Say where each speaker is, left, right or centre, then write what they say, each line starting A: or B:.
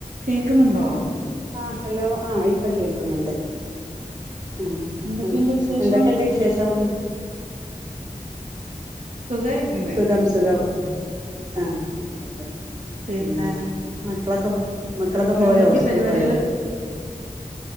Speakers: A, on the right (about 60°); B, on the right (about 25°).
A: കേക്കുന്നുണ്ടോ
B: ആ ഹലോ ആ ഇപ്പൊ കേൾക്കുന്നുണ്ട് ആ
A: എന്തൊക്കെയുണ്ട്
B: എൻ
A: വിശേഷം
B: എന്തൊക്കെയുണ്ട് വിശേഷം
A: സുഖായിരിക്കുന്ന്
B: സുഖം സുഖം ആ തെ
A: പിന്നെ
B: ന്നെ മക്കളൊക്കെ മക്കളൊക്കെ
A: ഇന്ന്
B: പോയോ
A: എന്തൊക്കെയാ
B: സ്കൂള്
A: പരിപാടികള്
B: പോയോ